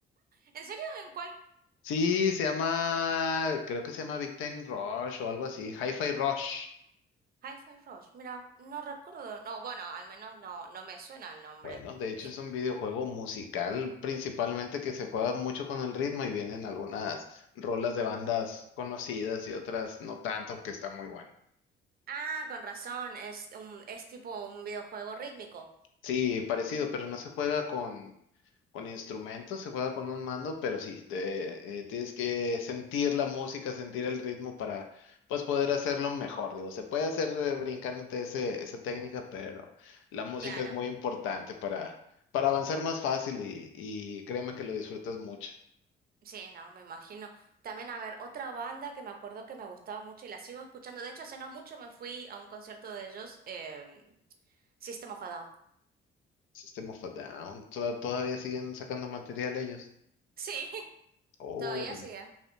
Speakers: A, on the right; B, on the left.
A: ¿En serio? ¿En cuál?
B: Sí, se llama, creo que se llama Big Time Rush o algo así, Hi-Fi Rush.
A: Hi-Fi Rush, mira, no recuerdo. No, bueno, al menos no, no me suena el nombre.
B: Bueno, de hecho
A: ¿Quién?
B: es un videojuego musical principalmente que se juega mucho con el ritmo y vienen algunas rolas de bandas conocidas y otras no tanto, que está muy bueno.
A: Ah, con razón, es un, es tipo un videojuego rítmico.
B: Sí, parecido, pero no se juega con Con instrumentos, se juega con un mando, pero sí, de- eh, tienes que sentir la música, sentir el ritmo para pues poder hacerlo mejor. Digo, se puede hacer eh, brincándote ese, esa técnica, pero la música
A: Claro.
B: es muy importante para, para avanzar más fácil y, y créeme que lo disfrutas mucho.
A: Sí, no, me imagino. También, a ver, otra banda que me acuerdo que me gustaba mucho y la sigo escuchando. De hecho, hace no mucho me fui a un concierto de ellos, em, System of a Down.
B: System of a Down, toda- todavía siguen sacando material ellos.
A: Sí. <laughs>
B: Órale.
A: Todavía siguen,